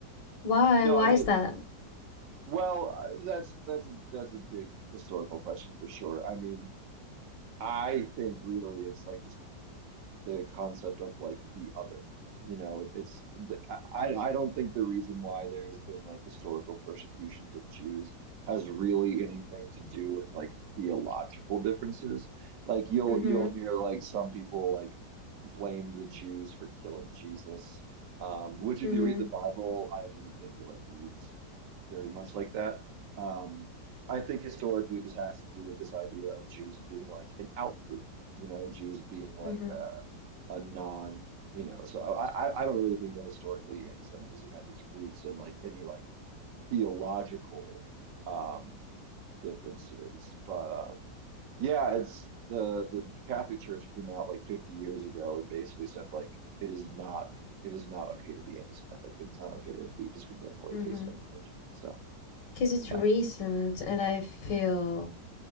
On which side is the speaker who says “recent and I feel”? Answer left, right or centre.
Left